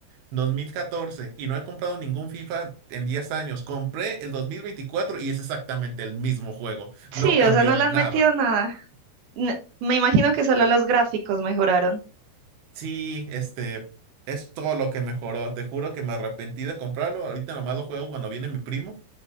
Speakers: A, on the right; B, on the right.
A: 2014 y no he comprado ningún FIFA en 10 años. Compré el 2024 y es exactamente el mismo juego.
B: Sí,
A: No cambió
B: o sea, no le
A: nada.
B: han metido nada. N- Me imagino que solo los gráficos mejoraron.
A: Sí, este es todo lo que mejoró. Te juro que me arrepentí de comprarlo. Ahorita nomás lo juego cuando viene mi primo,